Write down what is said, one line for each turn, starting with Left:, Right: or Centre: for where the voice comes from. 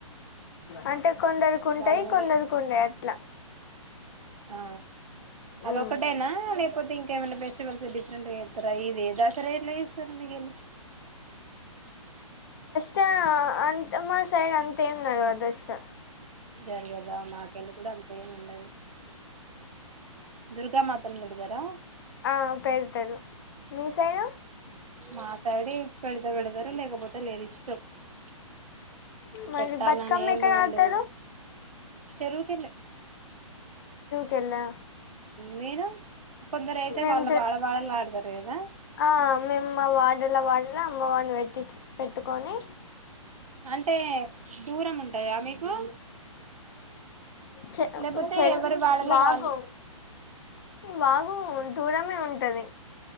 Left: అంటే కొందరుకుంటాయి
Right: వాళ్ళు కూడా
Left: కొందరుకు ఉండాయి అట్లా
Right: ఆ అదొకటేనా
Left: ఉమ్.
Right: లేపోతే ఇంకేమైనా పెట్ స్టీవాల్స్ డిఫరెంటుగా ఎత్తర ఇది దాసర లే సర్ మీ గలి
Left: త అంత మా సైడ్ అంత ఏం నడవదు సా
Right: గరె గదా మాకెళ్ళ గూడా అంతేముండదు. దుర్గా మాతను పెడదారా
Left: ఆ పెడతారు మీ సైడు
Right: మా తాడీ పెడతే పెడతారు లేకపోతే లేడీస్ <unintelligible>
Left: మరి
Right: పెట్టాలని
Left: బతుకమ్మ
Right: ఏం
Left: ఎక్కడ
Right: రూల్
Left: ఆడతారు
Right: లేదు చెరువుకి వెళ్ళ
Left: గల్లా
Right: మీరు కొందరు అయితే
Left: మేము
Right: వాళ్ళ
Left: దు
Right: వాడ వాడలా వాడతారు కదా
Left: ఆ మేము మా వార్డెన్ల మాదిరే అమ్మ వారిని వెట్టి పెట్టుకొని
Right: అే దూరం ఉంటదా మీకు
Left: చె
Right: లేకపోతే
Left: చెరు
Right: ఎవరు వాళ్ళలో
Left: వాగు
Right: వాళ
Left: వాగు దూరమే ఉంటది